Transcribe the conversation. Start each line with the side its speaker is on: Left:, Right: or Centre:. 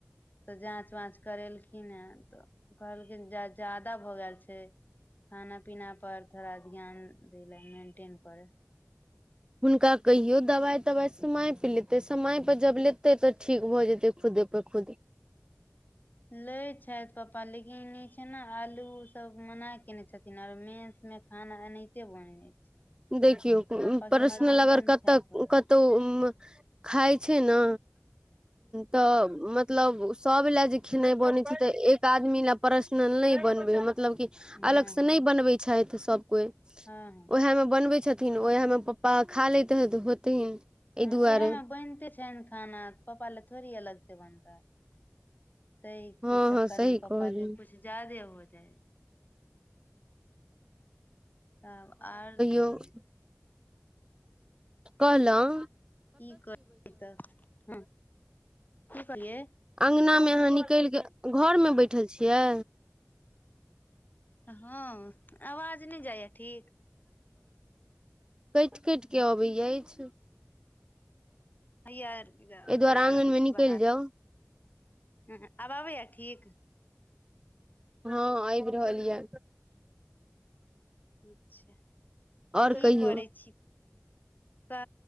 Left: तऽ जाँच वाँच करेलखिन हें तऽ कहलखिन ज जादा भऽ गेल छै खाना पीना पर थोड़ा ध्यान दै ले मेंटेन करे
Right: हुनका कहियो दवाइ तबाइ समय पे लेते समय जब लेते तब ठीक भऽ जेतै खुदे <inaudible> खूद
Left: लै छैथ पपा लेकिन ई छै ने आलू सब मना केने छथिन आरो मेस मे खाना एनाहिते बनबै छै
Right: देखियौ
Left: पप्पा
Right: पर्सनल
Left: के मजबूरन
Right: अगर कत
Left: खाय पड़ैत
Right: कतऽउ
Left: अछि
Right: खाइ छै ने तऽ मतलब सब लए जे खेनाइ बने छै ते एक आदमी ल पर्सनल नहि बनबै मतलब की
Left: हँ
Right: अलग से
Left: हँ
Right: नै बनबै छैथ सभ कोइ
Left: हँ ह
Right: उएह मे बनबै छथिन ओएह मे पप्पा खा लैत हेत होथिन एहि
Left: ह
Right: दुआरे
Left: उएहेमे में बैनते छ एहन खाना तऽ पापा ले थोड़ी अलग से बनतै तहिके
Right: हँ
Left: चक्करमे
Right: हँ सही
Left: पप्पा
Right: कहलियै
Left: के कुछ ज्यादे हो जाय तब आर
Right: तऽ कहलौं
Left: की करै तऽ ह की कहलियै
Right: अंगना मे अहाँ निकैलके घरमे बैठल छियै
Left: हँ आवाज नहि जाइए ठीक
Right: कैट कैट कऽ आबै अछि
Left: हैया जा
Right: एहि दुआरे आंगन
Left: रहल
Right: मे
Left: छी
Right: निकलि
Left: बाहर
Right: जाउ
Left: ह आब आबैय ठीक
Right: हँ आबि रहल यऽ
Left: अच्छा
Right: और
Left: की
Right: कहियौ
Left: करै छी त